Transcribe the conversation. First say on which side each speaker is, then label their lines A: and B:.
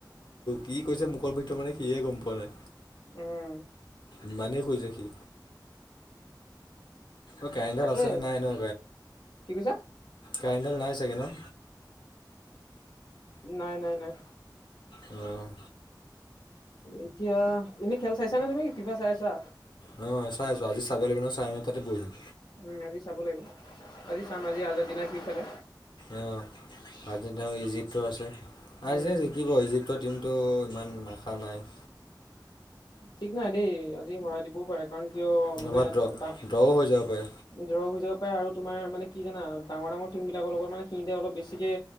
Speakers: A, on the left; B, on the left.
A: কি কৰিছে মুখত ভ <unintelligible> মানে সিয়ে গম পোৱা নাই
B: উম
A: ইমানেই শুইছে সি। অ' কাৰেন্ট ডাল
B: তাকে
A: আছে নে নাই ন,
B: কি কৈছা
A: কাৰেন্ট ডাল নাই চাগে ন?
B: নাই- নাই- নাই
A: অ'।
B: এতিয়া এনেই খেল চাইছা নে তুমি? ফিফা চাই আছা?
A: অ' চাই আছো। আজি চাব লাগিব নহয় চাৰে ন টা তাতে বঢ়িম।
B: উম আজি চাব লাগিব। আজি চাম আজি আৰ্জেণ্টিনাই কি ফালে?
A: অঁ আৰ্জেণ্টিনা আৰু ইজিপ্তৰ আছে। আৰ্জেন্টিনা
B: উম
A: জিকিব ইজিপ্তৰ টিমতটো ইমান আশা নাই।
B: ঠিক নাই দেই আজি হৰাই দিবও পাৰে। কাৰণ কিয়
A: নহ'বা
B: মানে
A: ড্ৰ
B: তাত
A: ড্ৰও হৈ যাব পাৰে
B: ড্ৰৰ হৈ যাব পাৰে। আৰু তোমাৰ মানে কি জানা ডাঙৰ, ডাঙৰ টিম বিলাক লগত মানে সিহঁতে অলপ বেছিকে